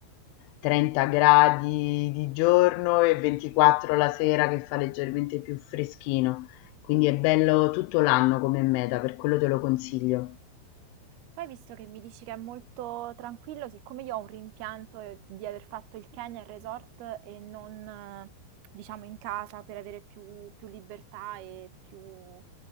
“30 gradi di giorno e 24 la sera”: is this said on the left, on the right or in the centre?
Left